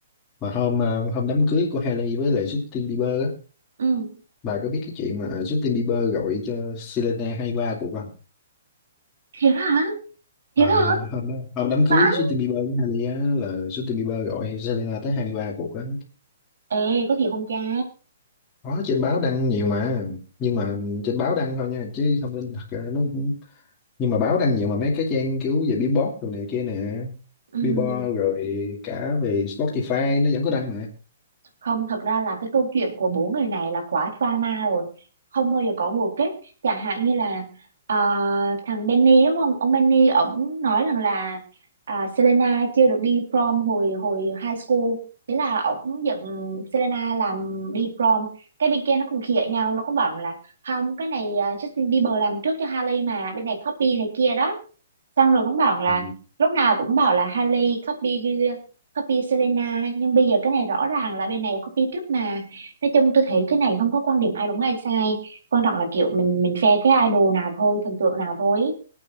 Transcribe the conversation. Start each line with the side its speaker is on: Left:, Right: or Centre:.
Left: mà hôm ờ, hôm đám cưới của Hailey với lại Justin Bieber á
Right: ừ
Left: bà có biết cái chuyện mà Justin Bieber gọi cho Selena hay va cuộc không
Right: thiệt hả thiệt
Left: À,
Right: hả
Left: hôm đó, hôm đám cưới
Right: vãi
Left: Justin Bieber với Hailey á, là Justin Bieber gọi Selena tới 23 cuộc á.
Right: ê có thiệt không cha
Left: Có trên báo đăng nhiều mà, nhưng mà trên báo đăng thôi nha, chứ thông tin thật ra nó cũng- nhưng mà báo đăng nhiều mà mấy cái trang kiểu về Billboard đồ này kia nè,
Right: ừ
Left: Billboard rồi cả về Spotify nó vẫn có đăng mà.
Right: Không, thật ra là cái câu chuyện của bốn người này là quá drama rồi. Không bao giờ có hồi kết. Chẳng hạn như là ờ, thằng Benny đúng không? Ông Benny ổng nói rằng là à, Selena chưa được đi prom hồi hồi high school. Thế là ổng giận Selena làm đi prom. Cái bên kia nó cũng khịa nhau, nó cũng bảo là không, cái này à, Justin Bieber làm trước cho Hailey mà, bên này copy này kia đó xong rồi cũng bảo là
Left: Ừ,
Right: lúc nào cũng bảo là Hailey copy copy Selena nhưng bây giờ cái này rõ ràng là bên này copy trước mà nói chung tôi thấy cái này không có quan điểm ai đúng ai sai quan trọng là kiểu mình mình phe cái idol nào thôi thần tượng nào thôi